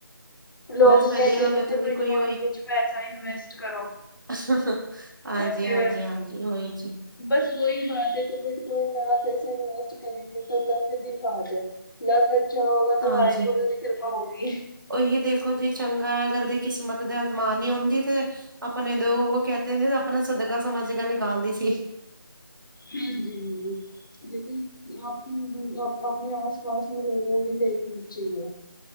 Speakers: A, on the left (about 60°); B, on the right (about 60°).
A: ਲੋਗ
B: ਬਸ ਵਧੀਆ
A: ਕੈਂਦੇ
B: ਹਮੇ
A: ਨੇ। ਤੇ
B: ਤੋਂ
A: ਬਿਯੁਟੀਕੋਨ
B: ਵੀ ਕੋਈ
A: ਚ ਪੈਸਾ ਇਨਵੈਸਟ ਕਰੋ।
B: ਅਹਹ ਹਾਂਜੀ-ਹਾਂਜੀ-
A: ਤੇ
B: ਹਾਂਜੀ, ਔਹੀ ਚ
A: ਬਸ ਯਈ ਬਾਤ ਐ ਤੇ ਬੇਟ ਕੋਨ ਨਾ ਪੈਸੇ <unintelligible> ਇਨਵੈਸਟ ਕਰੇਗੇ ਤਾਂ ਲੱਕ ਦੀ ਬਾਤੈ ਲੱਖ ਅੱਛਾ ਹੋਊਗਾ ਤੇ
B: ਹਾਂਜੀ
A: ਵਾਹਿਗੁਰੂ ਦੀ ਕਿਰਪਾ ਹੋਗੀ
B: ਉਹੀ ਦੇਖੋ ਜੇ ਚੰਗਾ ਹੈ ਅਗਰ ਜੇ ਕਿਸਮਤ ਦੇ ਅਜ਼ਮਾਨੀ ਹੁੰਦੀ ਤੇ ਆਪਣੇ ਦੋ ਉਹ ਕਹਿਤੇ ਆਪਣਾ ਸਦਕਾ ਸਮਝ ਕੇ ਨਿਕਾਲਦੀ ਸੀ
A: ਹਾਂਜੀ, ਹਾਂਜੀ ਲੇਕਿਨ ਆਪ ਆਪਣੇ ਆਸ ਪਾਸ ਨੂੰ ਲੋਗੋ ਕੋ ਵੀ ਦੇਖਣੀ ਚਾਹੀਏ